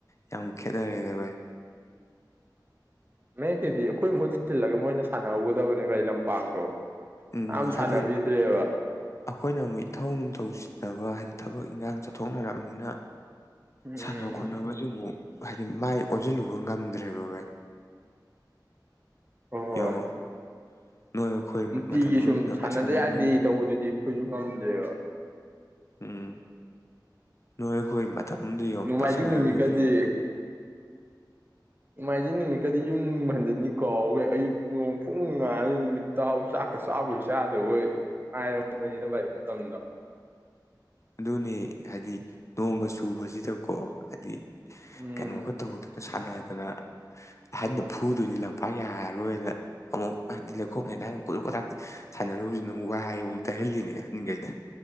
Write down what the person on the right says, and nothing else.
ꯎ ꯃꯦꯛ ꯀꯦꯗꯤ ꯑꯩꯈꯣꯏ ꯃꯍꯨꯠ ꯁꯤꯜꯂꯒ ꯃꯣꯏꯅ ꯁꯥꯟꯅꯍꯧꯒꯗꯕꯅꯦꯕ ꯑꯩ ꯂꯝꯄꯥꯛꯇꯣ
ꯀꯅꯥꯝ ꯁꯥꯟꯅꯕꯤꯗ꯭ꯔꯦꯕ
ꯎꯝ
ꯍꯣ ꯍꯣꯏ
ꯅꯨꯡꯇꯤꯒꯤ
ꯁꯨꯝ ꯁꯥꯟꯅꯗ
ꯌꯥꯗꯦ ꯇꯧꯕꯗꯨꯗꯤ ꯑꯩꯈꯣꯏꯁꯨ ꯉꯝꯗ꯭ꯔꯦꯕ
ꯅꯣꯡꯃꯥꯏꯖꯤꯡ
ꯅꯨꯃꯤꯠꯀꯗꯤ
ꯅꯣꯡꯃꯥꯏꯖꯤꯡ ꯅꯨꯃꯤꯠꯀꯗꯤ ꯌꯨꯝ ꯍꯟꯖꯤꯅꯤꯀꯣꯈꯦ ꯑꯌꯨꯛ ꯅꯣꯡ ꯄꯨꯡ ꯉꯉꯥꯅꯤ ꯅꯨꯃꯤꯠꯕ ꯆꯥꯛꯀ ꯆꯥꯕꯩ ꯆꯥꯗꯕꯣꯏ ꯉꯥꯏꯔꯝꯕꯅꯤꯅ ꯂꯩ ꯃꯇꯝꯗ
ꯎꯝ